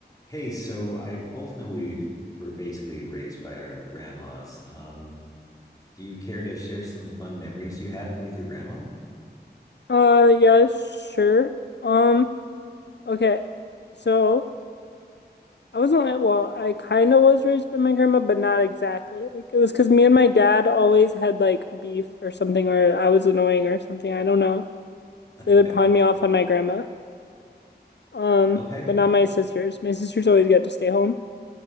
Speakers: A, on the left; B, on the left.
A: Hey, so I both know we were basically raised by our grandmas. Um, do you care to share some fun memories you had with your grandma?
B: Uh, yeah, sure. Um, okay. So I wasn't like, well, I kind of was raised by my grandma, but not exactly. Like it was because me and my dad always had like beef or something, or I was annoying or something. I don't know.
A: <laughs>
B: They would pawn me off on my grandma. Um,
A: Okay.
B: but not my sisters. My sisters always got to stay home.